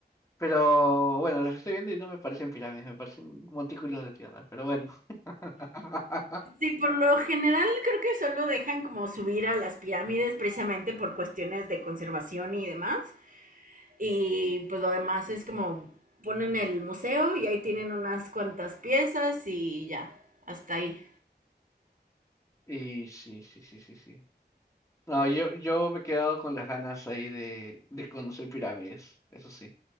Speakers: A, on the left; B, on the right.
A: Pero bueno, los estoy viendo y no me parecen pirámides, me parecen montículos de tierra, pero bueno. <laughs>
B: Sí, por lo general creo que solo dejan como subir a las pirámides precisamente por cuestiones de conservación y demás. Y pues lo demás es como ponen el museo y ahí tienen unas cuantas piezas y ya, hasta ahí.
A: Y sí, sí, sí, sí, sí. No, yo, yo me he quedado con las ganas ahí de, de conocer pirámides, eso sí.